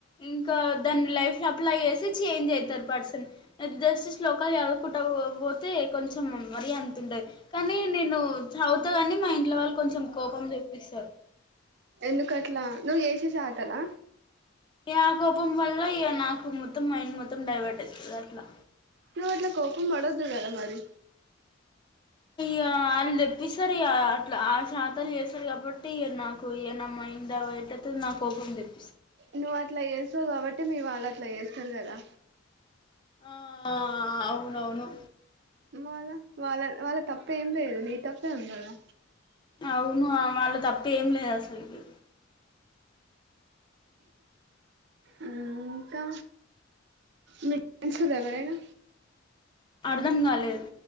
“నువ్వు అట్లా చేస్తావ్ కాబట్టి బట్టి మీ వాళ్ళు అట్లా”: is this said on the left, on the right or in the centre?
Right